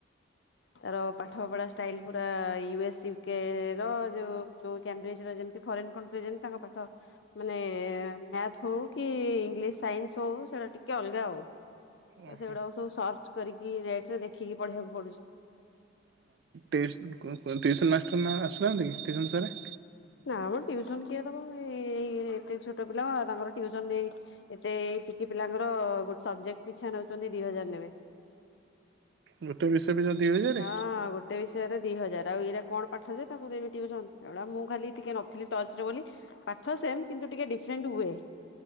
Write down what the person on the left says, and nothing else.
ତାର ପାଠ ପଢା ଷ୍ଟାଇଲ ପୁରା ୟୁ ଏସ୍ୟକ ର ଯୋଉ ଯୋଉ କମ୍ବ୍ରିଜ ର ଯେମତି ଫରେନ୍ କଣ୍ଟ୍ରି ଯେ ତାଙ୍କ ପାଠ ମାନେ ମ୍ୟାଥ ହଉ କି ଇଂଲିଶ ସାଇନ୍ସ ହଉ ସେଇଟା ଟିକେ ଅଲଗା ହଉ ତ
ସେଗୁଡାକୁ ସବୁ ସର୍ଚ୍ଚ କରିକି ନେଟ ରେ ଦେଖିକି ପଢେଇବାକୁ ପଡୁଛି
ନା ମ ଟିଉସନ କିଏ ଦବ ଏ ଏତେ ଛୋଟ ପିଲା ତାଙ୍କର ଟିଉସନ ନେଇ ଏତେ ଟିକି ପିଲାଙ୍କର ଗୋଟେ ସବଜେକ୍ଟ ପିଛା ନଉଛନ୍ତି ଦି ହଜାର ନେବେ
ହଁ ଗୋଟେ ବି ଦି ହଜାର ଆଉ ଇରେ କଣ ପାଠଜେ ତାକୁ ଦେମି ଟିଉସନ୍ ଏଗୁଡ଼ା ମୁଁ ଖାଲି ଟିକେ ନଥିଲି ଟଚ ରେ ବୋଲି ପାଠ ସେମ କିନ୍ତୁ ଟିକେ ଡିଫରେଣ୍ଟ ୱେ